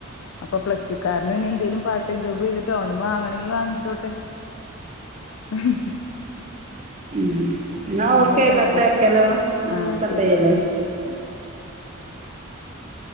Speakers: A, on the left; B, on the right.
A: അപ്പൊ പ്ലസ ടു കാരണം ഇനി എന്തേലും പാർട്ട് ടൈം ജോബ് ചെയ്തിട്ടോ അവനും വാങ്ങണമെങ്കി വാങ്ങിച്ചോട്ടെ ആ
B: ഉ എന്നാ ഓക്കെ
A: ചെയ്താ
B: കത്തക്കലോ
A: മതി ആ
B: കത്തയല്ല
A: ശരി ആ ആ <inaudible>